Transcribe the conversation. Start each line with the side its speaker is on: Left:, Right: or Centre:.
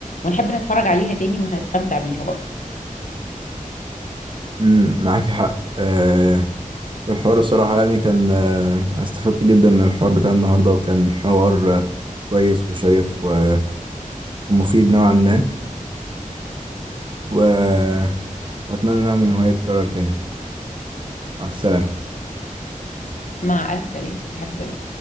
Left: ونحب نتفرج عليها تاني وهستمتع بيها برضه
Right: امم معاكي حق آه، الحوار الصراحة يعني كان آه، استفدت جدا من الحوار بتاع النهاردة وكان حوار آه، كويس وشيق و- ومفيد نوعا ما و... وأتمنى يعني إن هو يتكرر تاني مع السلامة
Left: مع الف سلامة في حفظ الله